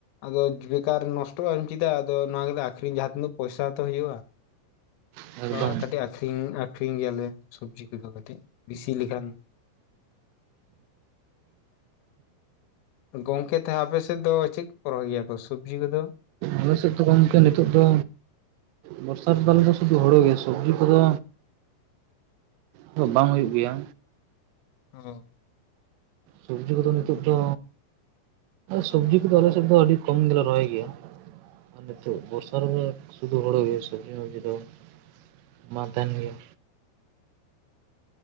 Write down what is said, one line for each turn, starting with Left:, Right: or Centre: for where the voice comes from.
Left: ᱟᱫᱚ ᱵᱮᱠᱟᱨ ᱱᱚᱥᱴᱚ ᱟ ᱪᱮᱫᱟᱜ ᱟᱫᱚ ᱱᱚᱣᱟ ᱜᱮᱞᱮ ᱟᱠᱷᱨᱤᱧ ᱡᱟᱦᱟᱸ ᱛᱤᱱᱟᱹᱜ ᱯᱚᱭᱥᱟ ᱛᱚ ᱦᱩᱭᱩᱜᱼᱟ
Right: ᱦᱳᱭ ᱮᱠᱫᱚᱢ
Left: ᱟᱫᱚ ᱠᱟᱹᱴᱤᱡ ᱟᱠᱷᱨᱤᱧ ᱟᱠᱷᱨᱤᱧ ᱜᱮᱭᱟᱞᱮ ᱥᱚᱵᱽᱡᱤ ᱠᱚ ᱫᱚ ᱠᱟᱹᱴᱤᱡ ᱵᱮᱥᱤ ᱞᱮᱠᱷᱟᱱᱼ ᱜᱚᱝᱠᱮ ᱛᱟ ᱟᱯᱮ ᱥᱮᱫ ᱫᱚ ᱪᱮᱫ ᱠᱚ ᱨᱚᱦᱚᱭ ᱜᱮᱭᱟ ᱠᱚ ᱥᱚᱵᱽᱡᱤ ᱠᱚ ᱫᱚᱼᱼ
Right: ᱟᱞᱮ ᱥᱮᱫ ᱫᱚ ᱜᱚᱝᱠᱮ ᱱᱤᱛᱚᱜ ᱫᱚ ᱵᱚᱨᱥᱟ ᱛᱮᱫᱚ ᱥᱩᱫᱷᱩ ᱦᱩᱲᱳ ᱜᱮ ᱥᱚᱵᱽᱡᱤ ᱠᱚ ᱫᱚᱼᱼ ᱛᱚ ᱵᱟᱝ ᱦᱩᱭᱩᱜ ᱜᱮᱭᱟ
Left: ᱚ
Right: ᱥᱚᱵᱽᱡᱤ ᱠᱚ ᱫᱚ ᱱᱤᱛᱚᱜ ᱫᱚᱼᱼ ᱥᱚᱵᱽᱡᱤ ᱠᱚ ᱫᱚ ᱟᱞᱮ ᱥᱮᱫ ᱫᱚ ᱟᱹᱰᱤ ᱠᱚᱢ ᱞᱮ ᱨᱚᱦᱚᱭ ᱜᱮᱭᱟ᱾ ᱟᱨ ᱱᱤᱛᱚᱜ ᱵᱚᱨᱥᱟ ᱨᱮ ᱜᱮ ᱥᱩᱫᱷᱩ ᱦᱩᱲᱩᱜ ᱜᱮ ᱥᱚᱵᱽᱡᱤ ᱥᱚᱵᱽᱡᱤ ᱫᱚ ᱵᱟᱝ ᱢᱟ ᱛᱟᱦᱮᱱ ᱜᱮᱭᱟ